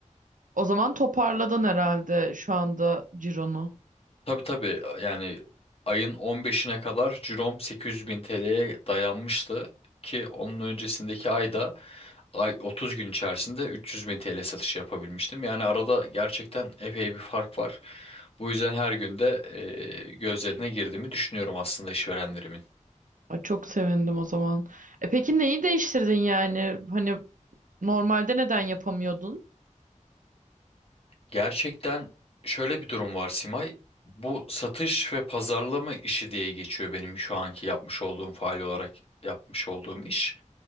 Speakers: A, on the right; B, on the left.
A: O zaman toparladın herhalde şu anda cironu.
B: Tabii tabii yani ayın 15'ine kadar cirom 800 bin TL'ye dayanmıştı ki onun öncesindeki ayda ay 30 gün içerisinde 300 bin TL satışı yapabilmiştim. Yani arada gerçekten epey bir fark var. Bu yüzden her günde gözlerine girdiğimi düşünüyorum aslında işverenlerimin.
A: Ay çok sevindim o zaman. E peki neyi değiştirdin yani? Hani normalde neden yapamıyordun?
B: Gerçekten şöyle bir durum var Simay. Bu satış ve pazarlama işi diye geçiyor benim şu anki yapmış olduğum faal olarak yapmış olduğum iş.